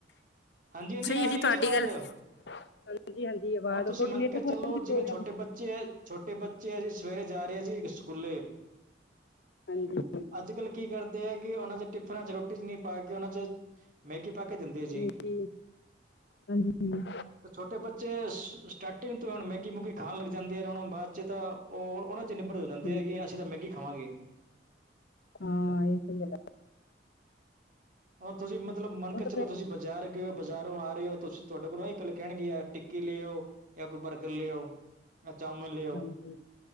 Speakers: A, on the right; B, on the left.
A: ਹਾਂਜੀ ਹਾਂਜੀ
B: ਸਹੀ
A: ਆ
B: ਹੈ ਜੀ
A: ਰਹੀ
B: ਤੁਹਾਡੀ
A: ਆਵਾਜ਼
B: ਗੱਲ ਹਾਂਜੀ ਹਾਂਜੀ ਆਵਾਜ਼
A: ਹੁਣ ਤੁਸੀਂ
B: ਥੋੜੀ
A: ਮੰਨਕੇ
B: ਨੈਟਵਰਕ
A: ਚਲੋ
B: ਦੀ ਪ੍ਰੋਬਲਮ
A: ਜਿਵੇਂ ਛੋਟੇ ਬੱਚੇ ਹੈ ਛੋਟੇ ਬੱਚੇ ਆ ਜੀ ਸਵੇਰੇ ਜਾ ਰਹੇ ਆ ਜੀ ਕੁੁੱਲੇ
B: ਹਾਂਜੀ
A: ਅੱਜ ਕੱਲ੍ਹ ਕੀ ਕਰਦੇ ਆ ਕਿ ਉਹਨਾਂ ਚ ਟਿਫਨਾਂ ਚ ਰੋਟੀ ਚ ਨਹੀਂ ਪਾ ਕੇ ਉਹਨਾਂ ਚ ਮੈਗੀ ਪਾ ਕੇ ਦਿੰਦੇ
B: ਹਾਂਜੀ
A: ਸੀ
B: ਹਾਂਜੀ ਹਾਂ
A: ਛੋਟੇ ਬੱਚੇ ਸਟਾਰਟਿੰਗ ਤੋਂ ਹੁਣ ਮੈਗੀ ਮੂਗੀ ਖਾਣ ਲੱਗ ਜਾਂਦੇ ਆ ਉਹਨਾਂ ਬਾਅਦ ਚ ਤਾਂ ਉਹ ਉਹਨਾਂ ਚ ਨਿਬੜ ਕਹਿੰਦੇ
B: ਹਾਂਜੀ
A: ਹੈਂ ਕੇ ਅਸੀਂ ਤਾਂ ਮੈਗੀ ਖਾਵਾਂਗੇ
B: ਹਾਂ ਇਹ ਸ ਗੱਲ
A: ਹੁਣ ਤੁਸੀਂ ਮਤਲਬ ਮੰਨ
B: ਉਹ
A: ਕੇ
B: ਤਾਂ
A: ਚਲੋ
B: ਫਿਰ
A: ਤੁਸੀਂ ਬਜ਼ਾਰ ਗਏ ਹੋ ਬਾਜ਼ਾਰੋਂ ਆ ਰਹੇ ਹੋ ਤੁਸੀਂ ਤੁਹਾਡੇ ਕੋਲੋਂ ਇਹੀ ਗੱਲ ਕਹਿਣਗੇ ਯਾਰ ਟਿੱਕੀ ਲੈਓ ਜਾਂ ਕੋਈ ਬਰਗਰ ਲਿਓ ਜਾਂ ਚਾਮਨ ਲਿਓ
B: ਜੀ